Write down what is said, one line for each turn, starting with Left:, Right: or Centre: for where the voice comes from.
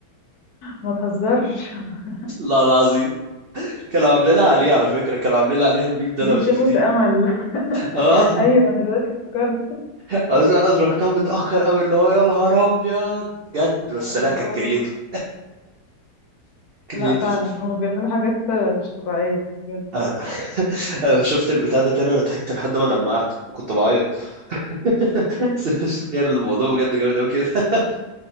Left: ما تهزرش <laughs>
Right: <laughs> لا العظيم كانوا عاملين عليه على فكرة كانوا عاملين عليها الميم ده
Left: دي
Right: لو
Left: خيبة
Right: شفتيه
Left: امل <laughs>
Right: اه
Left: ايوه دلوقتي افتكرت
Right: أز- أدركتها متأخر أوي اللي هو يا نهار أبيض بجد بس
Left: يا
Right: لا
Left: الله
Right: كانت كرييتيف كرييتيف
Left: لا فعلا هما بيعملوا حاجات مش طبيعية بجد
Right: أنا <laughs> أنا شفت البتاع ده تاني أنا ضحكت لحد ما دمعت كنت بعيط <laughs> بس مش تخيل الموضوع بجد جامد أوي كده <laughs>